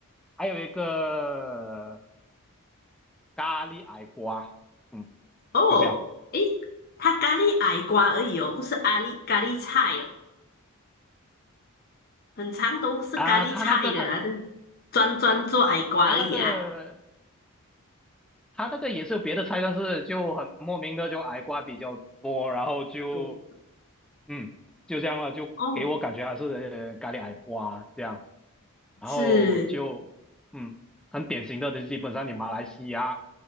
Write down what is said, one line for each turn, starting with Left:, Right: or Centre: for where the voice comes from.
Centre: 还有一个咖喱矮瓜，嗯，
Left: 哦，
Centre: 就这样
Left: 诶，它咖喱矮瓜而已哦，不是咖喱咖喱菜哦，很常都是咖喱菜的啊，
Centre: 啊、他那个他
Left: 这专专做矮瓜而已啊。
Centre: 他那个他那个也是有别的菜，但是就很莫名的就矮瓜比较多，然后就
Left: 对，
Centre: 嗯就这样了，就给我感觉还是呃咖喱矮瓜这样。
Left: 哦，
Centre: 然后就嗯，
Left: 是，
Centre: 很典型的，就基本上你马来西亚